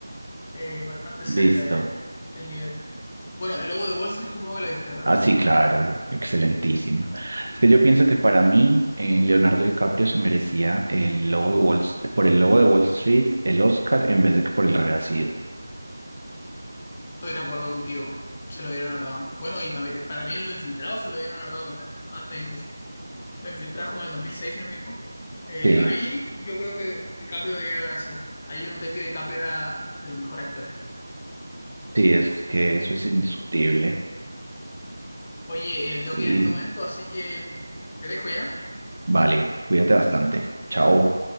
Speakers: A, on the left; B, on the right.
A: Eh, bastante cerca
B: listo.
A: del, del nivel. Bueno, el lobo de Wall Street supongo que la viste, ¿verdad?
B: Ah, sí, claro, excelentísima. Es que yo pienso que para mí eh, Leonardo DiCaprio se merecía el lobo de Wall, por el lobo de Wall Street, el Oscar, en vez de que por el Renacido.
A: Estoy de acuerdo contigo. Se lo dieron haber dado. Bueno, y para mí, para mí en los infiltrados se lo dieron haber dado también. Antes incluso. Los infiltrados como en el 2006, si no me equivoco. Eh,
B: Sí,
A: ahí yo creo que DiCaprio debía ganarse el Oscar. Ahí yo noté que DiCaprio era de los mejores actores.
B: sí, es que eso es indiscutible.
A: Oye, eh, me tengo
B: Y
A: que ir en este momento, así que mm, te dejo ya.
B: vale, cuídate bastante.
A: Vale,
B: Chao.
A: vale.